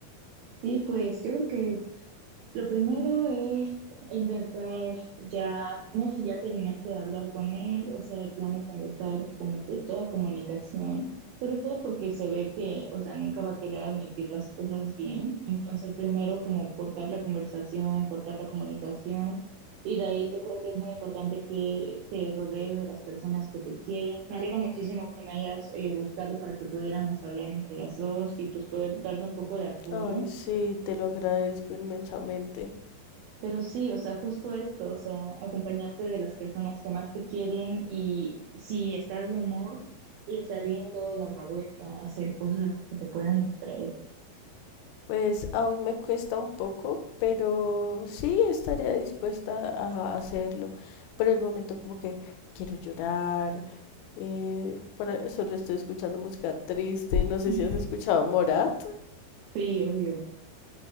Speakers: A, on the right; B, on the left.
A: sí, pues yo creo que Lo primero es intentar ya, no sé si ya terminaste de hablar con él, o sea, de plano cortar como que toda comunicación, sobre todo porque se ve que, o sea, nunca va a querer admitir las cosas bien. Entonces, primero como cortar la conversación, cortar la comunicación, y de ahí yo creo que es muy importante que te rodees de las personas que te quieren. Me alegra muchísimo que me hayas eh, buscado para que pudiéramos hablar entre las dos y pues poder darte un poco de apoyo.
B: Ay, sí, te lo agradezco inmensamente.
A: Pero sí, o sea, justo esto, o sea, acompañarte de las personas que más te quieren y si estás de humor, ir saliendo, dar la vuelta, hacer cosas que te puedan distraer.
B: Pues aún me cuesta un poco, pero sí estaría dispuesta a hacerlo. Por el momento como que quiero llorar, eh, para- solo estoy escuchando música triste, no sé
A: <laughs>
B: si has escuchado Morat,
A: Sí, obvio.